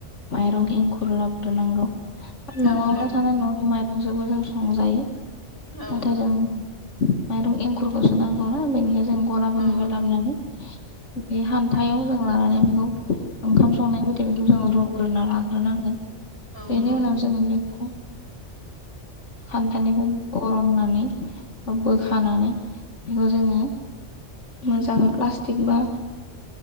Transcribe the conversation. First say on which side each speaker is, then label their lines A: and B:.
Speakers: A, on the left; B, on the left.
A: माइरं एंखुर लाग्रोनांगौ न'आवनो
B: औ औ
A: थानाय न'नि माइरंजोंबो जों संजायो
B: औ
A: नाथाय जों माइरं एंखुरखौसो नांगौना बेनिखायनो जों गलाफोरनिफ्राय
B: औ
A: लाबोनानै बे हान्थायाव जों लानानै बेखौ ओंखाम संनाय बायदि बेखौ जों रु ग्रोना लाग्रोनांगोन
B: औ
A: बेनि
B: औ
A: उनाव जोङो बेखौ खान्थालनिफ्राय बरननानै बा बोखानानै बेखौ जोङो मोजाङै प्लास्टिक बा